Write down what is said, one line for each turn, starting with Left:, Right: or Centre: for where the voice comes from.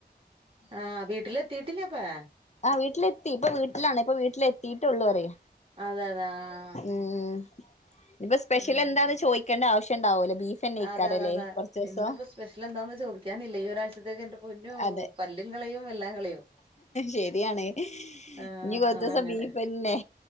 Right: ആഹ് വീട്ടിലെത്തിയിട്ടില്ലപ്പെ?
Left: ആഹ് വീട്ടിലത്തി ഇപ്പൊ വീട്ടിലാണ് ഇപ്പ വീട്ടിലെത്തിട്ടൊള്ളൂ പറയേ.
Right: അതെ അതെ ആഹ്
Left: ഉം ഇനിപ്പൊ സ്പെഷ്യൽ
Right: ആഹ്
Left: എന്താന്ന് ചോയ് ക്കേണ്ട ആവശ്യം ഉണ്ടാവുല്ല ബീഫ്ന്നെക്കാരല്ലേ
Right: അതാ അതാ അതാ
Left: കുറച്ചൂസം
Right: ഇന്നിപ്പോ സ്പെഷ്യൽ എന്താന്ന് ചോദിക്കാനില്ല ഈരാഴചത്തേക്ക് എന്റെ പൊന്നോ
Left: അതെ
Right: പല്ലും കളയും എല്ലാം കളയും.
Left: ശരിയാണ്
Right: ആഹ്
Left: ഇനി കൊറച്ചൂസം
Right: അതങ്ങനെ.
Left: ബീഫെന്നെ